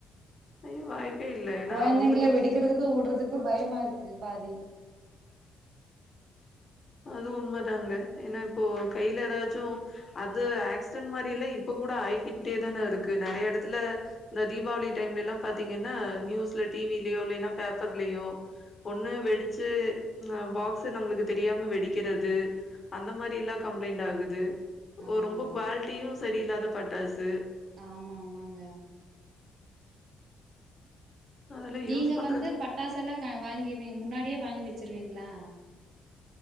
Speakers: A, on the left; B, on the right.
A: ஐயோ! வாய்ப்பே இல்ல. ஏன்னா
B: கொழ்ந்தைங்கள
A: அவங்களுக்கு
B: வெடிக்கறதுக்கு உட்றதுக் பயமாருக்கு பாதி
A: அதுவு உண்மதாங்க ஏனா இப்போ கைல எதாச்சு அது ஆக்ஸ்டென்ட் மாரி எல்லா இப்ப கூட ஆய்கிட்டே தான இருக்கு நெறைய எடத்துல இந்த தீபாவளி டைம்லில்லா பாத்தீங்கன்னா நியூஸ்ல டி வி லியோ இல்லன்னா பேப்பர்லியோ ஒன்னு வெடிச்சு அ பாக்ஸ்ஸு நம்ளுக்கு தெரியா ம வெடிக்கறது அந்த மாரி எல்லா கம்ப்ளைண்ட் ஆகுது ஒ
B: ஆமா
A: ரொம்ப குவால்ட்டியு சரியில்ல்லாத பட்டாசு
B: ஆமா ஆமாங்க
A: அதெல்லாம்
B: நீங்க
A: யூஸ் பண்றதுக்கு
B: வந்து பட்டாசெல்லா க வாங்கி வீ முன்னாடியே வாங்கி வெ ச்சிருவீங்களா